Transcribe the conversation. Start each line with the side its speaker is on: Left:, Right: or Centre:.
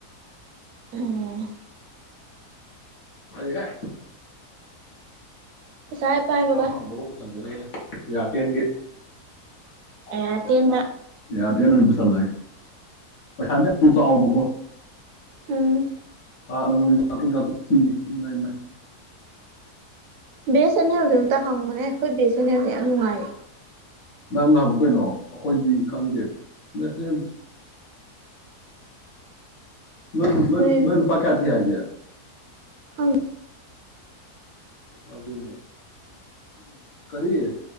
Right: ꯎꯝ
Left: ꯑꯥꯏ
Right: ꯄꯩꯁꯥ ꯍꯦꯛ ꯄꯥꯏꯕꯒ
Left: ꯐꯪꯕꯒ ꯄꯨꯁꯟꯗꯨꯅꯦ ꯑꯩꯅ ꯌꯥꯥꯇꯟꯒꯤ ꯀꯣꯟ
Right: ꯑꯦꯌꯥꯔꯇꯦꯜꯗ
Left: ꯏ ꯂ ꯆꯠꯂ ꯄꯩꯁꯥꯗꯤ ꯑꯃꯨ ꯆꯥꯎꯕꯀꯣ
Right: ꯎꯝ
Left: ꯊꯥꯗ ꯃꯣꯏꯁꯨ ꯆꯥ꯭ꯔꯣꯛꯛ ꯆꯥꯇ꯭ꯔꯣꯛ ꯊꯤꯅꯤ ꯏꯃꯥꯏ ꯏꯃꯥꯏ
Right: ꯕꯦꯁ ꯑꯅꯦ ꯍꯧꯖꯤꯛ ꯑꯃꯨꯛꯇ ꯍꯪꯕꯅꯦ ꯑꯩꯈꯣꯏ ꯕꯦꯁ ꯑꯅꯦꯕꯅꯦ ꯌꯥꯝ ꯅꯨꯡꯉꯥꯏ
Left: ꯅꯪ ꯅ ꯍꯪ ꯀꯩꯅꯣ ꯑꯩꯈꯣꯏꯗꯤ ꯈꯪꯗꯦꯁꯅꯦ ꯅꯣꯏꯣꯏ
Right: ꯅꯣꯏ
Left: ꯅꯣꯏꯅ ꯄꯀꯥ ꯊꯤ ꯍꯥꯏꯒꯦ
Right: ꯈꯪ
Left: ꯑꯗꯨ ꯑꯗꯨꯅꯦ ꯀꯔꯤ